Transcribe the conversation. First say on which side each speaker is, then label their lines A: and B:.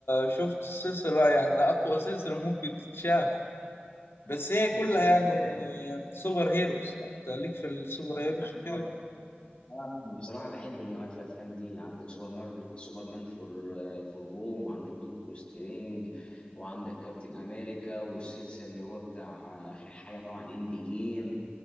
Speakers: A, on the left; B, on the left.
A: شفت السلسلة يعني ده أطول سلسلة ممكن تتشاف بس هي
B: شفت
A: كلها
B: سلسله
A: يعني سوبر هيروز يعني أنت ليك في السوبر هيروز وكده
B: مارفل آه، بصراحة بحب نوعية الأفلام دي عندك سوبر مار سوبر مان فور آه، فور هوم وعندك دكتور سترينج وعندك كابتن أمريكا والسلسلة اللي هو بتاع آه، آخر حاجة طبعا إند جيم